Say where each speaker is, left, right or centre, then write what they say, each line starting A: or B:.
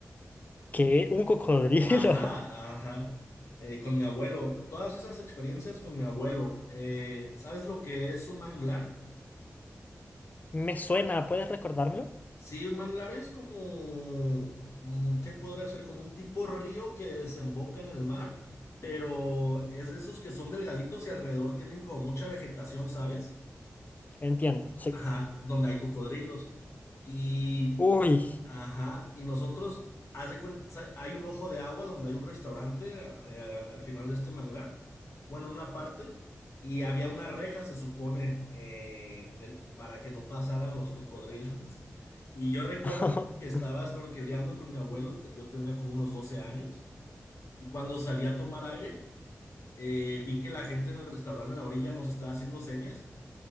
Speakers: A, on the left; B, on the left.
A: ¿Qué? ¿Un cocodrilo?
B: Ajá, ajá. Eh, con mi abuelo. Todas esas experiencias con mi abuelo. Eh, ¿sabes lo que es un manglar?
A: <laughs> Me suena, ¿puedes recordármelo?
B: Sí, un manglar es como... mm, ¿Qué podría ser? Como un tipo río que desemboca en el mar. Pero es de esos que son delgaditos y alrededor tienen como mucha vegetación, ¿sabes?
A: Entiendo, sí.
B: Ajá, donde hay cocodrilos. Y,
A: Uy,
B: ajá, y nosotros, haz de cuenta, sa- hay un ojo de agua donde hay un restaurante eh, al, al final de este manglar, bueno, en una parte, y había una reja, se supone, eh, en el, para que no pasaran los cocodrilos. <laughs> Y yo recuerdo
A: <laughs>
B: que estaba snorkeleando con mi abuelo, te- yo tenía como unos 12 años, y cuando salí a tomar aire, eh, vi que la gente en el restaurante en la orilla nos estaba haciendo señas